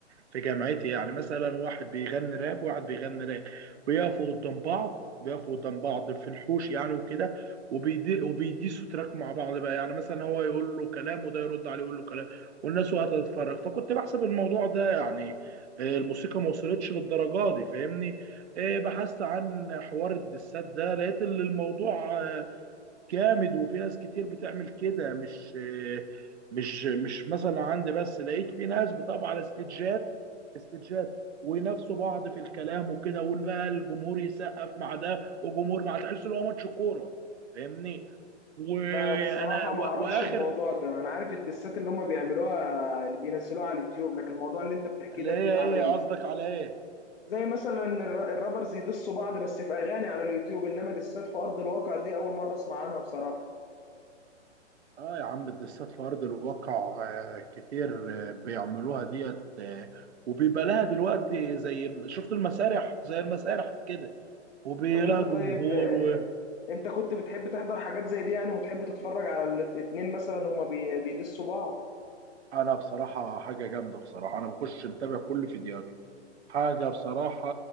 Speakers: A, on the right (about 65°); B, on the left (about 55°).
A: في جامعتي يعني مثلا واحد بيغني راب وواحد بيغني راب بيقفوا قدام بعض بيقفوا قدام بعض في الحوش يعني وكده وبيدي وبيديسوا تراك مع بعض بقى يعني مثلا هو يقول له كلام وده يرد عليه يقول له كلام والناس وقت تتفرج فكنت بحسب الموضوع ده يعني آه، الموسيقى ما وصلتش للدرجه دي فاهمني آه، بحثت عن حوار الدسات ده لقيت ان الموضوع آه، جامد وفي ناس كتير بتعمل كده مش مش مش مثلا عندي بس لقيت في ناس بتقف على استجات استجات وينافسوا بعض في الكلام وكده وبقى الجمهور يسقف مع ده وجمهور مع تحس ان هو ماتش كوره فاهمني وانا
B: لا انا بصراحه
A: و...
B: ما اعرفش
A: واخر
B: الموضوع ده انا عارف الدسات اللي هم بيعملوها اللي بينزلوها على اليوتيوب لكن الموضوع اللي انت بتحكيه
A: اللي
B: ده جديد
A: هي ايه
B: عليا
A: قصدك على ايه
B: زي مثلا الر- الرابرز يدسوا بعض بس في اغاني على اليوتيوب انما دسات في ارض الواقع دي اول مره اسمع عنها بصراحه
A: اه يا عم الدسات في ارض الواقع آه، كتير آه، بيعملوها ديت آه، وبيبقى لها دلوقتي زي شفت المسارح زي المسارح كده وبيلاقي
B: طب انت طيب
A: جمهور
B: آه، انت كنت بتحب تحضر حاجات زي دي يعني وتحب تتفرج على الاتنين مثلا هم بيدسوا بعض
A: وانا بصراحه حاجه جامده بصراحه انا بخش متابع كل فيديوهاته حاجه بصراحه